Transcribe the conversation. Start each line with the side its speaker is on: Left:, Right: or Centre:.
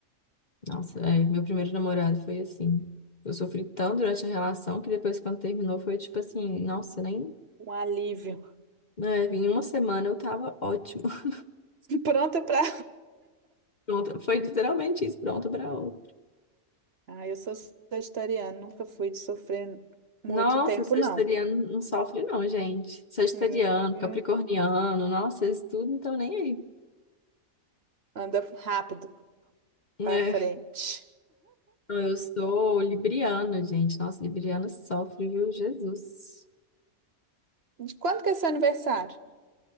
Left: Nossa, é, meu primeiro namorado foi assim. Eu sofri tão durante a relação que depois, quando terminou, foi tipo assim: nossa, nem.
Right: Um alívio.
Left: É, em uma semana eu tava ótimo. <laughs>
Right: <laughs> Pronta pra.
Left: Pronto, foi literalmente isso, pronto pra outra.
Right: Ah, eu sou vegetariana, nunca fui de sofrer muito
Left: Nossa,
Right: tempo,
Left: sagitariano
Right: não.
Left: não sofre não, gente. Sagitariano,
Right: Hum, hum,
Left: capricorniano, nossa, eles tudo não estão nem aí.
Right: anda rápido
Left: É,
Right: pra frente.
Left: não, eu sou libriana, gente. Nossa, libriana sofre, viu? Jesus.
Right: De quando que é seu aniversário?